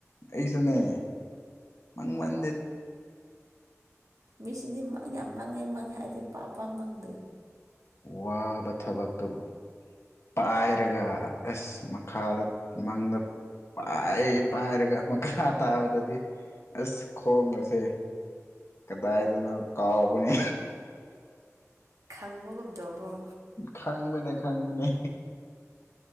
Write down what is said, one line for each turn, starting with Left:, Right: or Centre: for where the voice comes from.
Left: ꯑꯩꯁꯨꯅꯦ ꯃꯪ ꯃꯟꯗꯦꯗ
Right: ꯃꯤꯁꯤꯡꯗꯤ ꯃꯪ ꯌꯥꯝ ꯃꯪꯉꯦ ꯃꯪꯉꯦ ꯍꯥꯏ ꯑꯩꯗꯤ ꯄꯥꯛ ꯄꯥꯛ ꯃꯪꯗꯦ
Left: ꯋꯥꯕ ꯊꯕꯛꯇꯨꯕꯨ ꯄꯥꯏꯔꯒ ꯑꯁ ꯃꯈꯥꯗ ꯃꯪꯗ ꯄꯥꯏ ꯄꯥꯏꯔꯒ ꯃꯈꯥ ꯇꯥꯕꯗꯗꯤ ꯑꯁ ꯈꯣꯡꯒꯁꯦ ꯀꯗꯥꯏꯗꯅꯣ ꯀꯥꯎꯕꯅꯦ
Right: ꯈꯪꯕꯒꯨꯝ ꯇꯧꯕ꯭ꯔꯣ
Left: ꯈꯪꯕꯅꯦ ꯈꯪꯕꯅꯦ